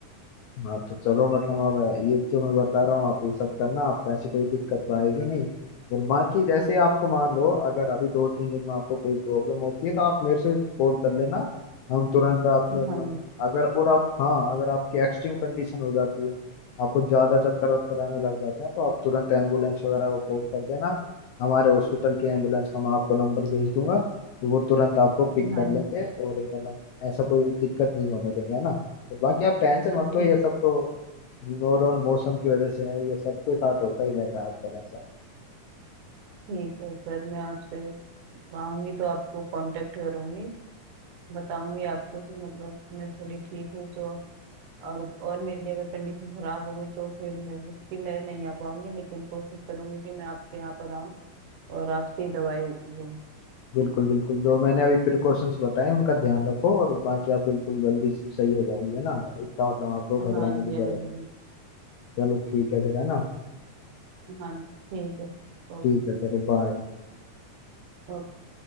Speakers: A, on the left (about 80°); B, on the right (about 75°).
A: हाँ तो चलो मतलब अब ये जो मैं बता रहा हूँ आप ये सब करना आपको ऐसी कोई दिक्कत तो आएगी नहीं और बाकी जैसे आपको मान लो अगर अभी दो तीन दिन में आपको कोई प्रॉब्लम होती है तो आप मेरे से कॉल कर लेना हम तुरंत आपकी
B: हाँ
A: मतलब
B: जी
A: अगर और आप हाँ अगर आपकी एक्सट्रीम कंडीशन हो जाती है आपको ज्यादा चक्कर वक्कर आने लग जाते हैं तो आप तुरंत एम्बुलेंस वगैरह को कॉल कर देना हमारे हॉस्पिटल की एम्बुलेंस का मैं आपको नंबर भेज दूंगा तो वो तुरंत आपको पिक
B: हाँ
A: कर
B: जी
A: लेंगे
B: सर
A: और मतलब ऐसा कोई दिक्कत नहीं होने देंगे है ना बाकी आप टेंशन
B: अब
A: मत लो
B: ठीक
A: ये सब तो ओवरऑल मौसम की वजह से है ये सबके साथ होता ही रहता है आजकल ऐसा
B: ठीक है सर मैं आपसे मैं आऊंगी तो आपको कांटेक्ट करूंगी बताऊंगी आपको कि मतलब मैं थोड़ी ठीक हुई तो और और मेरी अगर कंडीशन खराब हो गई तो फिर मैं मुश्किल है नहीं आ पाऊंगी लेकिन कोशिश करूंगी कि मैं आपके यहाँ पर आऊँ और आपसे ही दवाई लूँ
A: बिल्कुल बिल्कुल जो मैंने अभी प्रिकॉशंस बताए उनका ध्यान रखो और बाकी आप बिल्कुल जल्दी सही हो जाओगे ना इतना मतलब आपको घबराने
B: हाँ जी
A: की जरूरत
B: हाँ जी
A: चलो ठीक है फिर है ना
B: हाँ जी ठीक है ओके
A: ठीक है चलो बाय
B: ओके